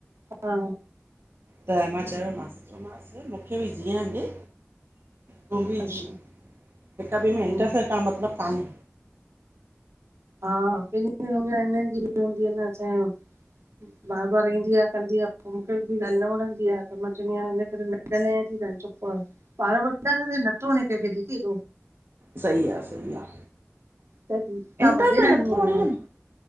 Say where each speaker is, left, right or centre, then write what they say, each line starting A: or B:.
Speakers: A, on the right; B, on the right.
A: हा
B: त मां चयोमांस चयोमांस मूंखे बि जीयड़ ॾे। तूं भी
A: अच्छा
B: जी हिक ॿिए में
A: हूं,
B: इंटरफेयर करण मतलब कान्हे।
A: हा <unintelligible> बार बार ईंदी आ कंदी आ पो मूंखे बि ॻाल्हि न वणंदी आ पो मां चंवदी आहियां ईने करे। ॻालायती त हाड़ चुप आ ॿार वॾा त नथो वणे केखे दीदी।
B: सी आ सही आ।
A: त तव्हां
B: इंटर
A: वॾेराणी
B: फेयर नथो
A: आहियो
B: वणे न